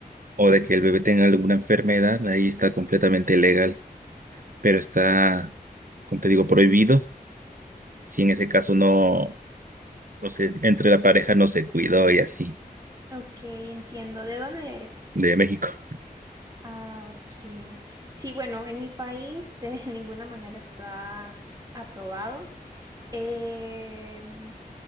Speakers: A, on the right (about 60°); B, on the right (about 25°).
A: o de que el bebé tenga alguna enfermedad, ahí está completamente legal, pero está, como te digo, prohibido si en ese caso no, no sé, entre la pareja no se cuidó y así,
B: Ok, entiendo. ¿De dónde eres?
A: de México.
B: Ah, ok. Sí, bueno, en mi país de <laughs> ninguna manera está aprobado. Em,